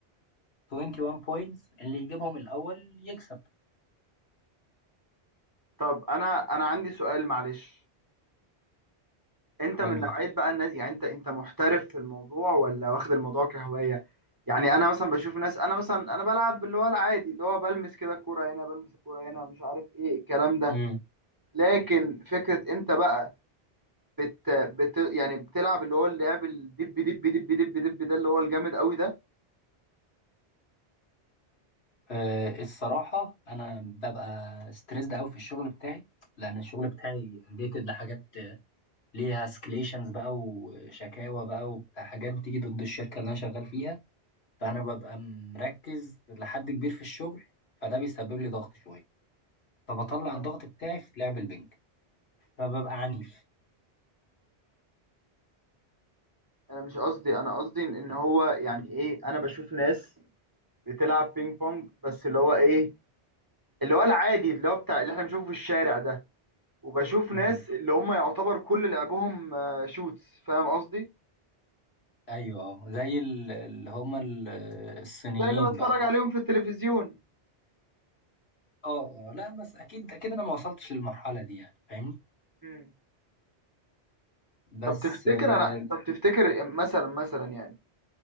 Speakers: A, on the left; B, on the right.
A: 21 بوينتس اللي يجيبهم الاول يكسب
B: طب انا انا عندي سؤال معلش انت
A: قول
B: من نوعيه بقى الناس يعني انت انت محترف في الموضوع ولا واخد الموضوع كهوايه يعني انا مثلا بشوف ناس انا مثلا انا بلعب اللي هو العادي اللي هو بلمس كده الكوره هنا بلمس الكوره هنا مش عارف ايه الكلام ده
A: امم
B: لكن فكرة انت بقى بت... بت... يعني بتلعب اللي هو اللعب الدب دب دب دب دب ده اللي هو الجامد قوي ده
A: أه الصراحه انا ببقى ستريسد قوي في الشغل بتاعي لان الشغل بتاعي ريليتد لحاجات ليها اسكليشنز بقى وشكاوى بقى وبتاع حاجات بتيجي ضد الشركه اللي انا شغال فيها فانا ببقى مركز لحد كبير في الشغل فده بيسبب لي ضغط شويه فبطلع
B: اه
A: الضغط بتاعي في لعب البنج فببقى عنيف
B: انا مش قصدي انا قصدي ان إن هو يعني ايه انا بشوف ناس بتلعب بينج بونج بس اللي هو ايه اللي هو العادي اللي هو بتاع اللي احنا بنشوفه في الشارع ده وبشوف ناس
A: امم
B: اللي هم يعتبر كل لعبهم آه، شوتس فاهم قصدي
A: ايوه اه زي ال- اللي هما ال- الصينيين
B: زي اللي بتفرج
A: بقى تقصد
B: عليهم في التلفزيون
A: اه اه لا بس اكيد اكيد انا ما وصلتش للمرحله دي يعني فاهمني
B: مم.
A: بس
B: طب تفتكر
A: اه
B: انا طب تفتكر مثلا مثلا يعني